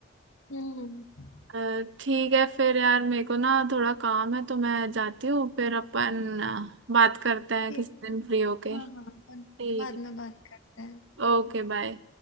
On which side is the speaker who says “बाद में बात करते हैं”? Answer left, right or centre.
Left